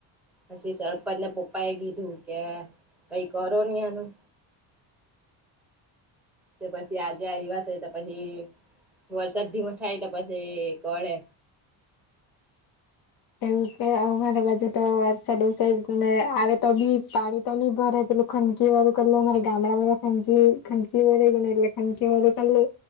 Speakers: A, in the centre; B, on the left (about 50°).
A: પછી સરપંચના પપ્પા એ કીધું કે કઈ કરો ની આનું તે પછી આજે આવ્યા છે તો પહી વરસાદધીમાં થાય પછી કરે
B: એવું કે અમારા બાજુ તો વારસાદ ઓસ જ ને આવે તો બી પાણી તો ની ભરાય પેલું ખનકી વાળું મારે ગામડામાં ખ ખંનકી <unintelligible> એટલે